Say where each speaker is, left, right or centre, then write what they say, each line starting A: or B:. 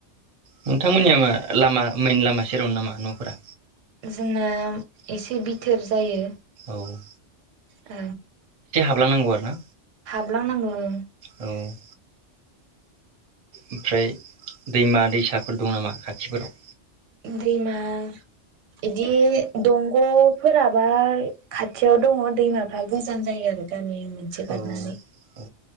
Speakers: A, on the right (about 40°); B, on the right (about 80°).
A: नोंथांमोननिया मा लामा मेन लामा सेरावनो नामा न'फोरा?
B: जोंना एसे बिथोर जायो।
A: औ
B: ओ।
A: बलांनांगौ आरो ना?
B: हाबलांनांगौ ओं
A: औ ओमफ्राय दैमा दैसाफोर दं नामा खाथिफोराव
B: दैमा इदि दंगफोराबा खाथियाव दङ दैमाफा गोजान जायो आरो गामि मोनसे
A: औ
B: बारनानै
A: औ